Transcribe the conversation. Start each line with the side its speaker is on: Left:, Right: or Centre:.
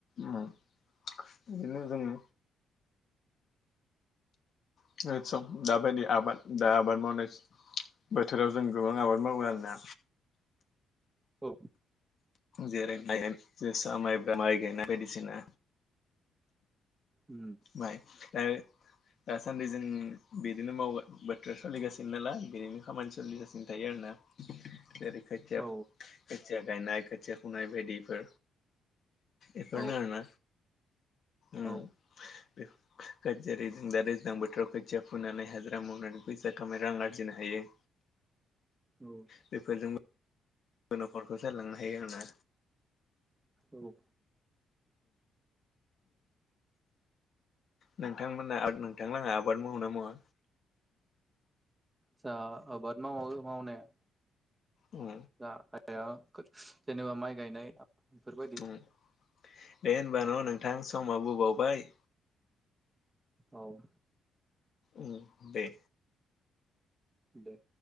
Left: ओ बिदिनो जोङो <unintelligible> दाबायदि आबाद दा आबाद मावनाय बोथोराव जों गोबां आबाद मावो आरोना।
Right: औ।
Left: जेरै माइ जोसा माइब्रा माइ गायनाय बायदिसिना।
Right: उम
Left: माय दा दासान्दि जों बिदिनो मावगोन बोथोर सोलिगासिनो नालाय बेनिनो खामानि सोलिगासिनो थायो आरोना जेरै खोथिया
Right: औ
Left: खोथिया गायनाय खोथिया फुनाय बायदिफोर एफोरनो
Right: औ
Left: आरोना ओम।
Right: औ
Left: जेरै जों दा दैज्लां बोथोराव खोथिया फुनानै हाजिरा मावनानै फैसा खामायनो रां आरजिनो हायो।
Right: औ।
Left: बेफोरजोंबो न'खरखौ जालांनो हायो आरोना।
Right: औ।
Left: नोंथांमोना नोंथांलाहा आबाद मावो ना मावा?
Right: जाहा आबाद मावो मावनाया।
Left: उम
Right: दा आदाया जेनेबा माइ गायनाय आ इफोरबायदि
Left: उम दे होनबा न' नोंथां समाबो बावबाय।
Right: औ।
Left: उम दे।
Right: दे।